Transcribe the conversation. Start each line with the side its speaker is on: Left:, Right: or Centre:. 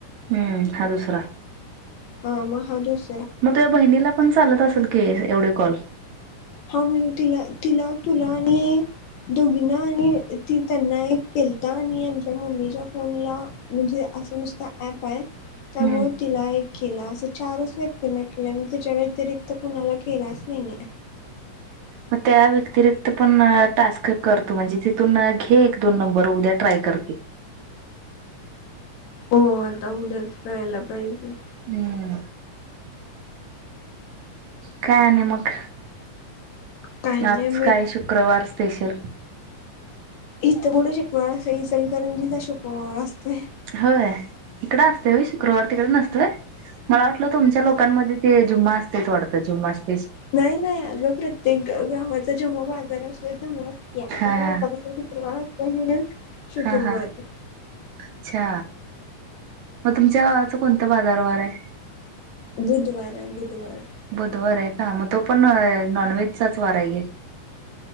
Right: हम्म हा दुसरा.
Left: ह म दूस
Right: मग तुझ्या बहिणीला पण चालत असेल की एवढे कॉल?
Left: ह म तिला तिला तुला आणि दोघीना आणि ती त्यांना एक केलता आणि आमच्या मम्मीच्या फोन ला म्हणजे असं नुसता ऍप आहे, त्यामुळे
Right: हम्म
Left: तिला एक केला असं चारच व्यक्तींना केलंय म्ह त्याच्या व्यतिरिक्त कुणाला केलाच नाही.
Right: मग त्या व्यतिरिक्त पण टास्क करतो. त म्हणजे तिथून घे एक दोन नंबर उद्या ट्राय कर की.
Left: हो आता उद्याच करायला पाहिजे.
Right: हम्म. काय आणि मग?
Left: काही नाही
Right: आज
Left: बाई
Right: काय शुक्रवार स्पेशल?
Left: इथं कुठं शुक्रवार इलकरंजीचा शुक्रवार असतोय.
Right: होय इकडं असत शुक्रवार तिकडे नसतय.? मला वाटलं तुमच्या लोकांमध्ये ते जुम्मा असत वाडत जुम्मा असत
Left: नाही नाही अग प्रत्येक गावाचा जेव्हा बाजार असतोय तेव्हा या आपल्याा
Right: हा हा.
Left: शुकारल शुक्रवारी.
Right: हा हा अच्छा मग तुमच्या गावाच कोणतं बाजारवार आहे?
Left: बुधवार आहे बुधवार.
Right: बुधवार आहे का मग तो पण नॉन व्हेजचाच वार आहे.